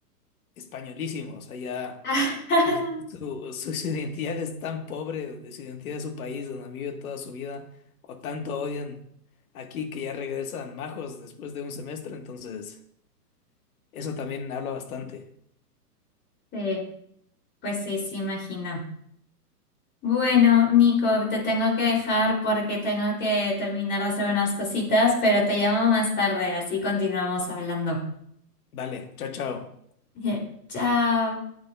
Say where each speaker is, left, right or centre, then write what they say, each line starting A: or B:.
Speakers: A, on the left (about 60°); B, on the left (about 20°).
A: españolísimo. O sea, ya
B: <laughs>
A: pues, su, su- su identidad es tan pobre, de su identidad de su país donde han vivido toda su vida, o tanto odian aquí que ya regresan majos después de un semestre. Entonces, eso también habla bastante.
B: Sí, pues sí, sí, imagino. Bueno, Nico, te tengo que dejar porque tengo que terminar de hacer unas cositas, pero te llamo más tarde, así continuamos hablando.
A: Vale, chao, chao.
B: <laughs> Bien, Chao.